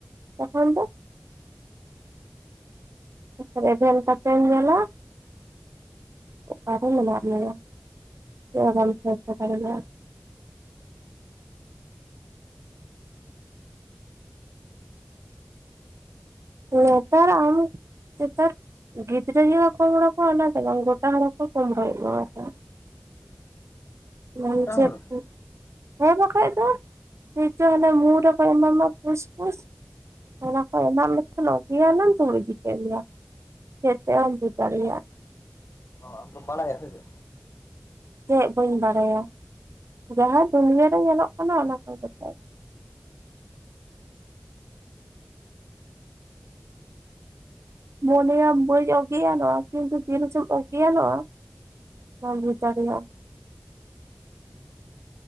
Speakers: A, on the right; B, on the left.
A: <unintelligible> ᱛᱟᱯᱚᱨᱮ ᱮᱵᱷᱮᱱ ᱠᱟᱛᱮᱢ ᱧᱮᱞᱟ ᱚᱠᱟᱨᱮ ᱢᱮᱱᱟᱜ ᱢᱮᱭᱟ᱾ <unintelligible> ᱱᱮᱛᱟᱨ ᱟᱢ᱾ ᱱᱮᱛᱟᱨ ᱜᱤᱫᱽᱨᱟᱹ ᱜᱮᱠᱚ ᱠᱚᱢᱲᱩ ᱠᱚᱣᱟ ᱚᱱᱟ ᱫᱚ ᱵᱟᱝ ᱜᱳᱴᱟ ᱦᱚᱲ ᱦᱚ ᱠᱚ ᱠᱚᱢᱲᱚᱭᱮᱫ ᱠᱚᱣᱟ ᱠᱚ ᱾ <unintelligible>
B: ᱜᱚᱴᱟ ᱦᱚᱲ?
A: ᱦᱮ ᱵᱟᱠᱷᱟᱭ ᱫᱚ ᱪᱮᱫ ᱪᱚ ᱢᱩ ᱨᱮᱠᱩ ᱮᱢᱟᱢᱟ ᱯᱷᱩᱥ ᱯᱷᱩᱥ᱾ ᱚᱱᱟ ᱠᱚ ᱮᱢᱟᱜ ᱢᱮ ᱠᱷᱟᱱ ᱚᱜᱽᱜᱮᱭᱟᱱ ᱮᱱᱟᱢ ᱛᱩᱞ ᱤᱫᱤ ᱠᱮᱫ ᱢᱮᱭᱟ ᱠᱚ᱾ ᱪᱮᱫ ᱛᱮᱫ ᱦᱚ ᱵᱟᱢ ᱵᱩᱡ ᱫᱟᱲᱮᱭᱟᱜ-ᱟ᱾
B: ᱟᱢ ᱫᱚᱢ ᱵᱟᱰᱟᱭᱟ ᱥᱮ ᱪᱮᱫ?
A: ᱪᱮᱫ ᱵᱟᱹᱧ ᱵᱟᱲᱟᱭᱟ <inaudible> ᱡᱟᱦᱟᱸ ᱫᱩᱱᱭᱟᱹ ᱨᱮ ᱧᱮᱞᱚᱜ ᱠᱟᱱᱟ ᱚᱱᱟ ᱠᱚᱜᱮ ᱛᱚ ᱾ ᱢᱚᱱᱮᱭᱟ ᱵᱟᱹᱧ ᱚᱜᱮᱭᱟᱱᱚᱜ-ᱟ ᱠᱤᱱᱛᱩ ᱛᱤᱱ ᱨᱮᱪᱚᱢ ᱚᱜᱮᱭᱟᱱᱚᱜ-ᱟ ᱵᱟᱝ ᱵᱩᱡ ᱫᱟᱲᱮᱭᱟᱜ ᱟᱢ᱾